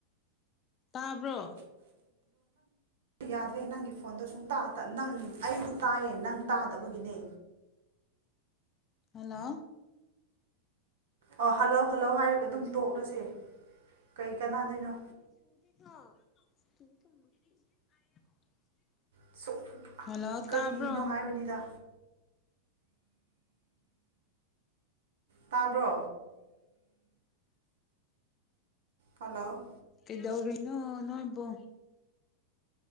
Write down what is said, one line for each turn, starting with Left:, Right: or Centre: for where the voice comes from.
Left: ꯇꯥꯕ꯭ꯔꯣ
Right: ꯌꯥꯗ ꯅꯪꯒꯤ ꯐꯣꯟꯗꯣ ꯁꯨꯡ ꯇ ꯅꯪ ꯑꯩꯗꯤ ꯇꯥꯏꯌꯦ ꯅꯪ ꯇꯥꯗꯕꯒꯤꯅꯦ
Left: ꯍꯜꯂꯣ
Right: ꯑꯣ ꯍꯜꯂꯧ ꯍꯜꯂꯧ ꯍꯥꯏꯔꯒ ꯑꯗꯨꯝ ꯇꯣꯛꯂꯁꯦ ꯀ ꯅ ꯗꯥꯏꯅꯣ
Left: <inaudible>
Right: ꯁꯨꯝ
Left: ꯍꯜꯂꯣ
Right: ꯀꯔꯤꯅꯣ
Left: ꯇꯥꯕ꯭ꯔꯣ
Right: ꯍꯥꯏꯕꯅꯤꯗ ꯇꯥꯕ꯭ꯔꯣ ꯍꯜꯂꯣ
Left: ꯀꯩꯗꯧꯔꯤꯅꯣ ꯅꯣꯏ ꯏꯕꯣ